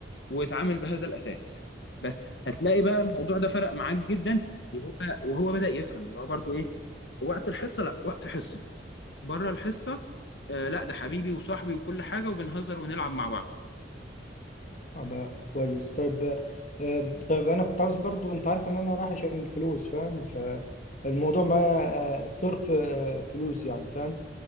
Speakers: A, on the left (about 70°); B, on the left (about 45°).
A: واتعامل بهذا الاساس بس هتلاقي بقى الموضوع ده فرق معاك جدا وهو وهو بدأ يفهم اللي هو برضو ايه وقت الحصه لا وقت حصه بره الحصه آه لا ده حبيبي وصاحبي وكل حاجه وبنهزر ونلعب مع بعض
B: أبقى كويس طيب آه، طيب انا كنت عاوز برضو انت عارف ان انا رايح عشان الفلوس فاهم فالموضوع معايا آه، صرف آه، فلوس يعني فاهم